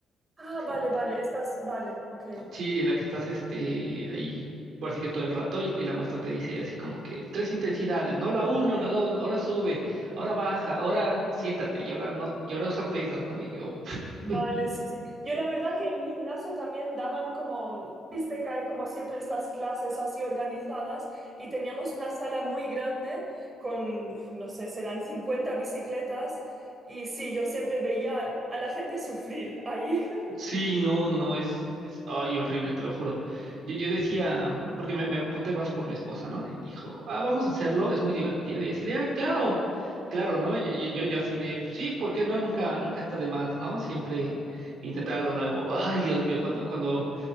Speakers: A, on the right; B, on the right.
A: Ah,
B: prácticamente.
A: vale, vale, estás, vale, ok.
B: Sí, en la que estás este, ahí, por así que todo el rato, y, y la maestra te dice así como que tres intensidades, no la uno, la dos, ahora sube, ahora baja, ahora siéntate, y ahora no, y ahora usa pesas, ¿no? Y yo, <laughs>
A: Vale, sí, sí. Yo la verdad que en mi gimnasio también daban como, viste que hay como siempre estas clases así organizadas y teníamos una sala muy grande con, no sé, serán 50 bicicletas y sí, yo siempre veía a la gente sufrir ahí. <laughs>
B: sí, no, no, no, es, es, ay, horrible, te lo juro. Yo, yo decía, porque me, me apunté más por mi esposa, ¿no? Y dijo, ah, vamos a hacerlo, es muy divertido, y así de, ah, claro,
A: Ah,
B: claro, ¿no? Yo, yo, yo yo así de, sí, ¿por qué no? Nunca, nunca está de más, ¿no? Siempre intentar algo nuevo. Ay, Dios mío, cuando, cuando